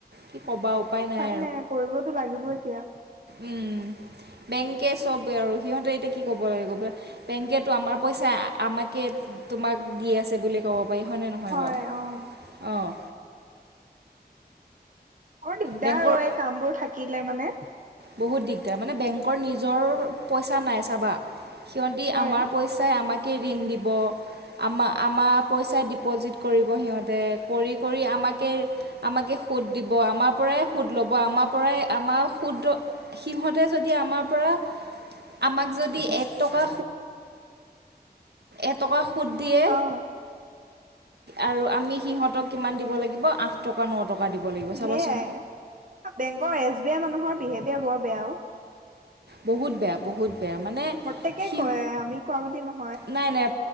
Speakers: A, on the right; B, on the right.
A: কি কবা? উপায় নাই
B: পাই ন কৰিবতো লাগিব এতিয়া,
A: উম উম বেংকে চবেই আৰু সিহঁতে এতিয়া কি ক'ব লাগিব বেংকেতো আমাৰ পইচা আমাকে তোমাক দি আছে বুলি ক'ব বাৰ হয়নে নহয়
B: হয়
A: বাৰু
B: অ'।
A: অঁ।
B: অৰ দিগদাৰ
A: বেংকৰ
B: অ এই কামবোৰ থাকিলে মানে,
A: বহুত দিগদাৰ মানে বেংকৰ নিজৰ পইচা নাই চাবা। সিহতি
B: হয়
A: আমাৰ পইচাই আমাক ঋণ দিব আমা আমাৰ পইচাই ডিপজিট কৰিব সিহঁতে কৰি কৰি আমাকে আমাকে সুদ দিব আমাৰ পৰাই সুদ ল'ব আমাৰ পৰাই আমাৰ সুদ সিহঁতে যদি আমাৰ পৰা আমাক যদি এটকা এটকা শুদ্ধিয়ে
B: অ'।
A: আৰু আমি সিহঁতক কিমান দিব লাগিব আঁঠ টকা ন টকা। দিব লাগিব চাবাচোন
B: সেইয়াই, বেংকৰ এছ বি আই মানুহৰ বিহেভিয়াৰ বৰ বেয়া অ।
A: বহুত বেয়া বহুত। বেয়া মানে
B: প্ৰত্যেকেই
A: সি
B: কয় আমি কোৱা বুলি নহয়।
A: নাই, নাই।